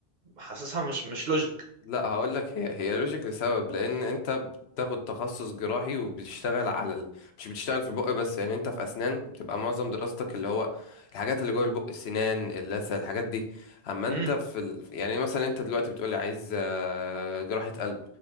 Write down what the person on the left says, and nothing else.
لا هقول لك هي هي لوجيك لسبب لان انت بتاخد تخصص جراحي وبتشتغل على ال... مش بتشتغل في البق بس يعني انت في اسنان بتبقى معظم دراستك اللي هو الحاجات اللي جوه البق السنان اللثه الحاجات دي اما انت
في ال... يعني مثلا انت دلوقتي بتقولي عايز آه، جراحه قلب